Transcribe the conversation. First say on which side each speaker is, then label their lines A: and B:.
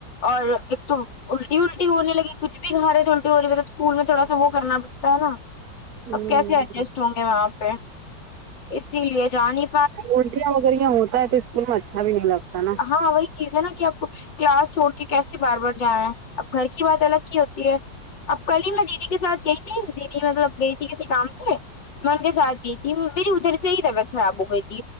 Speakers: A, on the left; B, on the right.
A: اور ایک تو الٹی الٹی ہونے لگی کچھ بھی گا رہے تو الٹی ہو رہی مطلب اسکول میں تھوڑا سا وہ کرنا پڑتا ہے نا
B: ہ
A: اب کیسے ایڈجسٹ ہوں گے وہاں پہ اسی لیے جانی
B: الٹیاں وغیر یہ ہوتا ہے تو اسکول میں اچھا بھی نہیں لگتا نا
A: ہاں وہی چیز ہے نا کہ آپ کو کلاس چھوڑ کے کیسے بار بار جانا رہا ہیں اب گھر کی بات الگ کی ہوتی ہے اب کل ہی میں دیدی کے ساتھ گئی تھی دیدی مطلب گئی تھی کسی کام سے میں ان کے ساتھ گئی تھی میری ادھر سے ہی طبیعت خراب ہو گئی تھی